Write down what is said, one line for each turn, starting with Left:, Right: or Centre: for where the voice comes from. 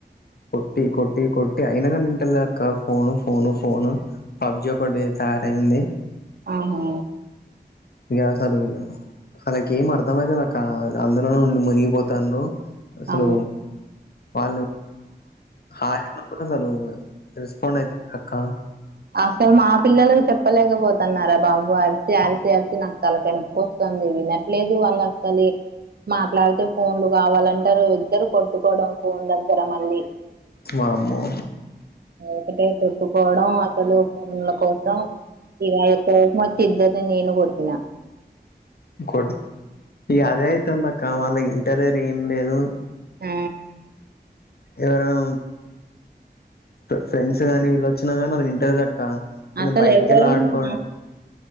Left: కొట్టి కొట్టి కొట్టి అయినగానీ ఇంతలేదక్క ఫోను ఫోను ఫోను పబ్జీ ఒకటీ తయారైంది
Right: ఆహా
Left: <unintelligible> అలాక ఏం అర్థం ఐతేలే అక్క అందులోనే ఉండి మునిగిపోత <unintelligible> అసలు
Right: అవును
Left: వాళ్ళు <unintelligible> రిస్పండ్ అయితేక్క
Right: అసలు మా పిల్లలకి చెప్పలేకపోతున్నార బాబు అరిసి అరిసి ఆరిసి నాకు తలకాయ్ నొప్పి వస్తంది విన లేదు వాళ్ళు అసలే మాట్లాడితే ఫోన్లు కావాలంటారు ఇద్దరు కొట్టుకోవడం ఫోన్ దగ్గర మళ్ళీ
Left: వామ్మో
Right: ఒకటే కొట్టుకోవడం అసలు భోమ్ముల కోసం ఇగ నాకు కోపం ఒచ్చి ఎందరిని నేను కొట్టిన
Left: ఇగ అదే అయితంది అక్క మాల ఇంటరర్ ఏం లేదు
Right: ఆ
Left: ఎవరైన ఫ్రెండ్స్ గానీ వీళ్ళు వచ్చినా కానీ అ ఇంటర్వూ అక్క కొంచెం
Right: అసలు
Left: బయటికెళ్ళి
Right: <unintelligible>
Left: ఆడుకోండి